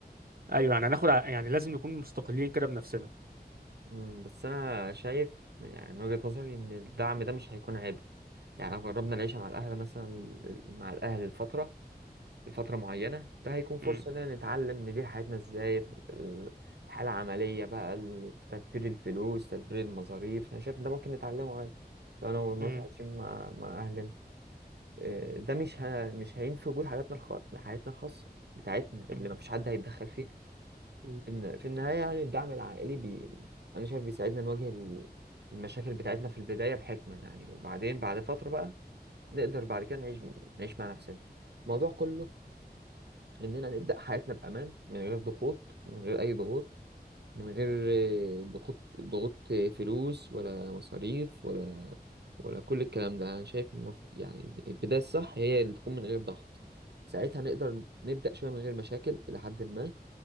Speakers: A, on the right (about 60°); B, on the right (about 80°).
A: أيوه يعني هناخد ع- يعني لازم نكون مستقلين كده بنفسنا
B: امم بس انا شايف يعني من وجهه نظري ان الدعم ده مش هيكون عبء يعني لو جربنا العيشه مع الاهل مثلا مع الاهل لفتره لفترة معينة ده هيكون فرصة
A: م-
B: إننا نتعلم ندير حياتنا إزاي ال- الحالة العملية بقى ال- تدبير الفلوس تدبير المصاريف أنا شايف إن ده ممكن نتعلمه عادي لو أنا ومراتي
A: م-
B: عايشين مع مع أهلنا إيه، ده مش ه... مش هينفي وجود حياتنا الخ... حياتنا الخاصة بتاعتنا اللي
A: م-
B: مفيش حد هيتدخل فيها
A: م-
B: إن في النهاية يعني الدعم العائلي بي... أنا شايف بيساعدنا نواجه ال- المشاكل بتاعتنا في البداية بحكمة يعني وبعدين بعد فترة بقى نقدر بعد كده نعيش نعيش مع نفسنا الموضوع كله اننا نبدا حياتنا بامان من غير ضغوط من غير اي ضغوط من غير آه، ضغوط ضغوط آه، فلوس ولا مصاريف ولا ولا كل الكلام ده انا شايف مف... يعني البدايه الصح هي اللي تكون من غير ضغط ساعتها نقدر نبدا شويه من غير مشاكل الى حد ما